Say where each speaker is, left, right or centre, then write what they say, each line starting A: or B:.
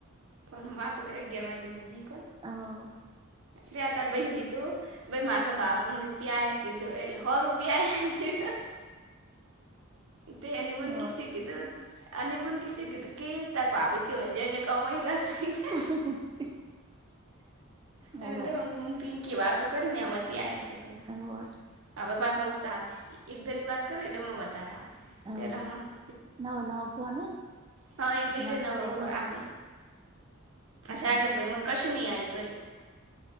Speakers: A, on the right; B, on the right.
A: પણ વાત કરે અગિયાર હુંધી કર
B: હવ
A: તે અતાર તાર ભઈન કીધું ભાઈ મારે તો બાવન રૂપિયા આયા કીધો એટલે હો રૂપિયા આયા કીધું તે એની વન
B: હોય
A: કિસ્ કીધું અને બુનકી શકી કે ત્યારે બાપ એ કે હોજ કમાઈ છે કે
B: <inaudible> હોય
A: અવે તો મન પિંકી વાતો કરીએ અતી આયા કે તું
B: હોવે
A: હવે પાસા ઓસા આવશે એકદમ ની વાત કરી એટલે માં વધાર આવે
B: હોય
A: પેલા માણસ
B: નવો નવો ફોન હોય
A: હા એટલે
B: ના
A: ન આવે
B: પેલા પણ
A: સાગરભાઈમાં કશું નહી આય તોય